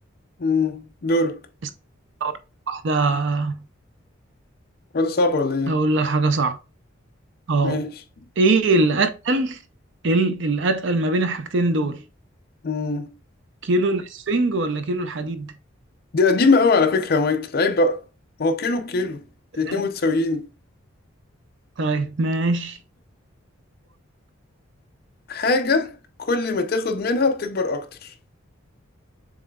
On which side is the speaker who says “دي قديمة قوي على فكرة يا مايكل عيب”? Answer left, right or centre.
Left